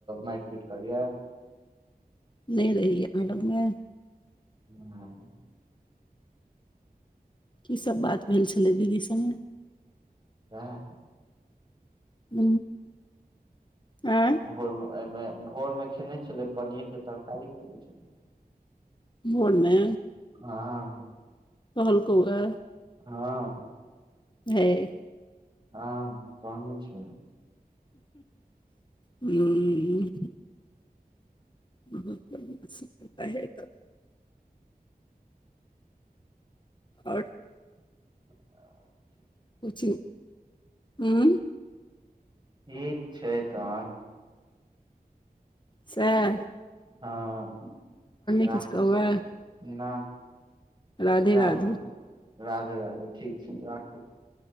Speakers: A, on the right; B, on the left.
A: मरि पीट करिय
B: नहि रहहि अहाँ लग मे
A: ह
B: कि सभ बात भेल छलै दीदी संगे
A: ह
B: ह आ
A: भोर मे भोर मे खेने छलै पनीर के तरकारी खेने छलै
B: बोर मे
A: ह
B: कहलको हा
A: हँ।
B: ह।
A: हँ काहने छै।
B: हूँ बसता हैं ओ
A: छै
B: उच्च हँ
A: ठीक छै तहन।
B: सेह
A: हँ राखू
B: किछु कहबै
A: तऽ ने।
B: राधे
A: राखू
B: राधे
A: राधे राधे ठीक छै राख